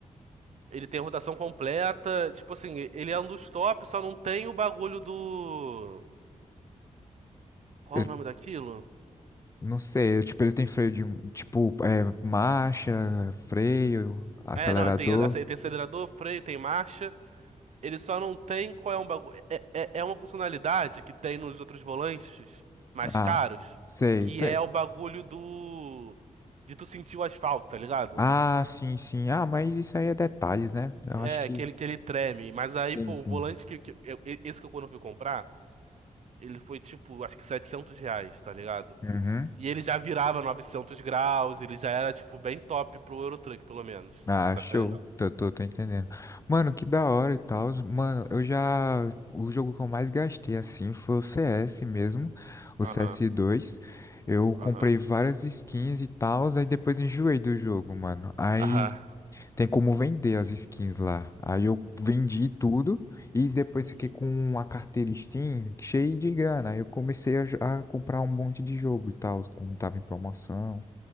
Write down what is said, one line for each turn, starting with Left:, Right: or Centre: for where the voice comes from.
Right: Ele tem a rotação completa. Tipo assim, ele é um dos top, só não tem o bagulho do. Qual
Left: Ele,
Right: o nome daquilo?
Left: não sei, tipo, ele tem freio de. Tipo, é, marcha, freio, acelerador.
Right: É, não, ele tem, ace- tem acelerador, freio, tem marcha. Ele só não tem qual é um bagulho. É, é, é uma funcionalidade que tem nos outros volantes mais
Left: Ah,
Right: caros,
Left: sei.
Right: que
Left: Tá-
Right: é o bagulho do. De tu sentir o asfalto, tá ligado?
Left: Ah, sim, sim. Ah, mas isso aí é detalhes, né? Eu
Right: É,
Left: acho que.
Right: que ele, que ele treme. Mas aí,
Left: Sim,
Right: pô,
Left: sim.
Right: o volante que, que eu- esse que eu quando eu fui comprar, ele foi tipo, acho que 700 reais, tá ligado?
Left: Uhum.
Right: E ele já virava 900 graus, ele já era, tipo, bem top pro Eurotruck, pelo menos.
Left: Ah,
Right: Você
Left: show.
Right: tá ligado?
Left: Tô, tô, tô entendendo. Mano, que da hora e tal. Mano, eu já. O jogo que eu mais gastei assim foi o CS mesmo, o
Right: Aham,
Left: cs dois, Eu comprei
Right: aham,
Left: várias skins e tal, aí depois enjoei do jogo, mano. Aí
Right: aham.
Left: tem como vender as skins lá. Aí eu vendi tudo e depois fiquei
Right: Uhum.
Left: com uma carteira Steam cheia de grana. Aí eu comecei a, jo- a comprar um monte de jogo e tal, como tava em promoção.